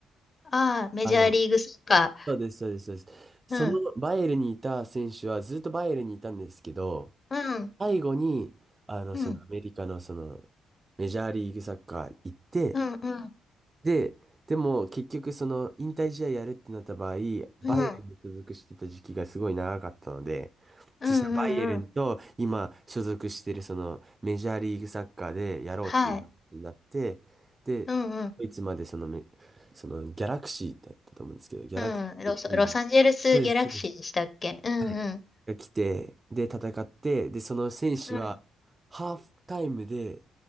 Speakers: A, on the left (about 30°); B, on the right (about 25°).
A: ああ、メジャーリーグサッカ
B: あの、そうです、そうです、そうです。
A: ー。
B: そのバイエルンにいた選手はずっとバイエルンにいたんですけど、
A: うん。うん。
B: 最後に、あの、
A: うん。
B: そのアメリカのその、メジャーリーグサッカー行って、
A: うん。うん。
B: で、でも結局その引退試合やるってなった場合、バ
A: うん。うん。
B: イエルンに所属してた時期がすごい長かったので、
A: うんうん
B: そしたらバイエルンと今所属してるそのメジャーリーグサッカーでやろうっていう話になって、
A: はい。
B: で、
A: うん。うん。
B: ドイツまでそのめ、そのギャラクシーだったと思うんですけど、ギャラクシーっていうチーム
A: うん。ロス、ロサンゼルスギャラクシーでしたっけうんうん。
B: そうです、そうです。はい。が来て、で、戦って、で、その選手はハーフタイムで
A: うん。